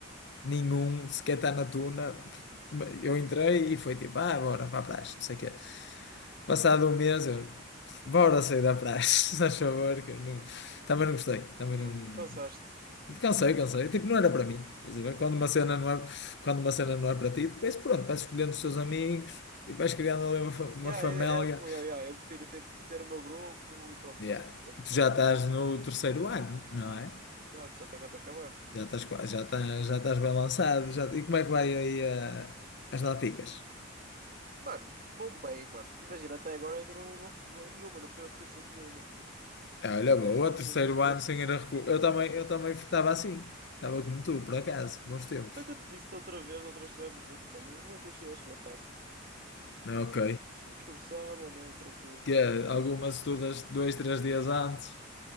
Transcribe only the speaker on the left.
nenhum sequer está na tuna. Eu entrei e foi tipo, ah, bora para a praxe, não sei o quê. Passado um mês, eu, bora sair da praxe, <laughs> se faz favor, que eu não... Também não gostei, também
não... Cansei, cansei. Tipo, não era para mim. estás a ver? Quando uma cena
não é, quando uma cena não é para ti, depois pronto, vais escolhendo os teus amigos e vais criando ali uma, fa- uma
família.
Yeah.
Tu
já
estás no terceiro ano, não é?
Já estás, qua- já estás, já estás bem lançado. Já... E como é que vai aí ah, as laticas?
Ah, Olha, boa,
terceiro
ano
sem ir a recurso. Eu também, eu também estava assim. Estava como tu, por acaso, bons tempos.
Ok.
Que é, algumas estudas dois, três dias antes.